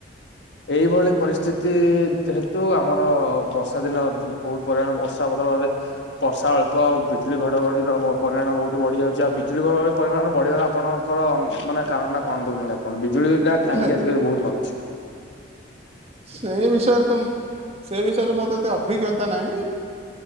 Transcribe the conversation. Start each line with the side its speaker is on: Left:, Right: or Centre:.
Left: ଏହିଇଭଳି ପରିସ୍ଥିତି ଯେହେତୁ ଆମର ବର୍ଷା ଦିନ ଦୁ ବହୁତ ପରିମାଣ ବର୍ଷା ବଦଳରେ ବର୍ଷା ଅଳ୍ପ ଆଉ ବିଜୁଳି ଘଡଘଡିର ବ ପରିମାଣ ବହୁତ ବଢିଯାଉଛି ଆଉ ବିଜୁଳି ଘଡଘଡି ପରିମାଣ ବଢିଗଲା ଆପଣଙ୍କର ମାନେ କାରଣ ଟା କଣ ଦଉଛନ୍ତି ଆପଣ ବିଜୁଳି ଟା
Right: ହଁ
Left: କାହିଁକି ଆଜିକାଲି ବହୁତ ମାରୁଛି
Right: ସେଇ ବିଷୟରେ ତ ମୁଁ ସେଇ ବିଷୟରେ ମତେତ ଅଭିିଜ୍ଞତା ନାହିଁ